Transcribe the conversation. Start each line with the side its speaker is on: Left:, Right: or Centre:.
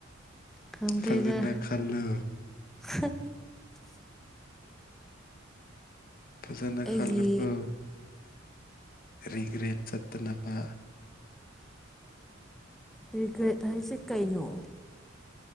Centre: ꯈꯪꯗꯦꯗ
Left: ꯐꯖꯅ ꯈꯜꯂꯨ
Centre: ꯍꯥ
Left: ꯐꯖꯅ
Centre: ꯑꯩꯒꯤ
Left: ꯈꯜꯂꯣꯀꯣ ꯔꯤꯒ꯭ꯔꯦꯠ ꯆꯠꯇꯅꯕ
Centre: ꯔꯤꯒ꯭ꯔꯦꯠ ꯍꯥꯏꯁꯦ ꯀꯩꯅꯣ?